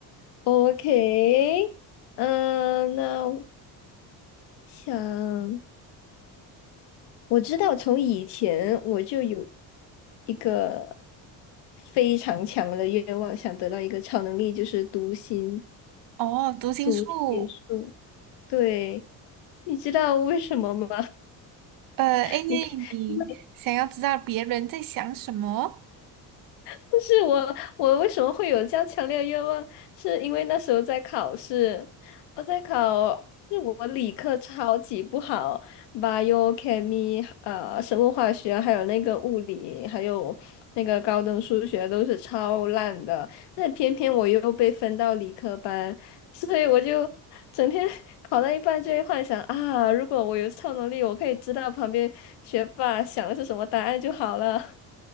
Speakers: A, on the left; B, on the right.
A: ，OK，嗯，那我想我知道从以前我就有一个非常强的愿望，想得到一个超能力，就是读心
B: 哦，读心术，
A: 读心术。对，你知道为什么吗？
B: 呃，
A: <laughs>
B: 因为你想要知道别人在想什么。
A: 你看，因不是我，我为什么会有这样强烈的愿望？是因为那时候在考试，我在考，就是我理科超级不好，bio、chemistry 呃，生物化学，还有那个物理，还有那个高等数学都是超烂的。那偏偏我又被分到理科班，所以我就整天 <laughs> 考到一半就会幻想啊，如果我有超能力，我可以知道旁边学霸想的是什么答案就好了。<laughs>